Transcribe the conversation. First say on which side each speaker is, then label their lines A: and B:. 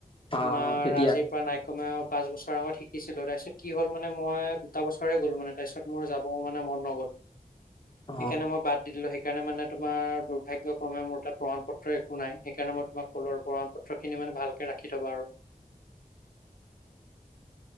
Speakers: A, on the left; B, on the left.
A: অ
B: তোমাৰ
A: অ কেতিয়া
B: আজিৰ পৰা নাই কমেও পাঁচ বছৰৰ আগত শিকা শিকিছিলো। তাৰপিছত কি হ'ল মানে মই দুটা বছৰে গ'লো মানে তাৰপিছত মোৰ যাব মানে মন নগ'ল।
A: অ
B: সেইকাৰণে মই বাদ দি দিলো। সেইকাৰণে মানে তোমাৰ দুৰ্ভাগ্যক্ৰমে মোৰ তাত প্ৰমাণ পত্ৰ একো নাই। সেইকাৰণে মই তোমাক ক'লো আৰু প্ৰমাণ পত্ৰখিনি মানে ভালকে ৰাখি থ'বা আৰু। <inaudible>